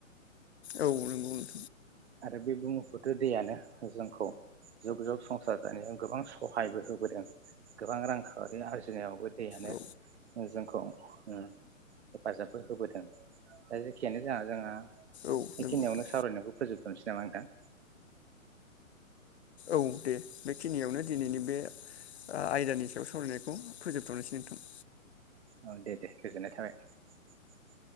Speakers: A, on the left; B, on the right.
A: औ नंगौ ओ।
B: आरो बे बुमुफुथ्रु दैयानो जोंखौ जुग जुग संसार जानायाव गोबां सहायबो होबोदों गोबां रांखावरि आरजिनायावबो दैयानो
A: औ
B: जोंखौ ओ हेफाजाबबो होबोदों दा जेखियानो जा जोंहा
A: औ
B: बेखिनियावनो
A: नंगौ नोंथां
B: सावरायनायखौ फोजोबथ'नोसै नामा नोंथां?
A: औ दे बेखिनियावनो दिनैनि बे आयदानि सायाव सावरायनायखौ फोजोबथनोसै नोंथां।
B: औ दे दे गोजोननाय थाबाय।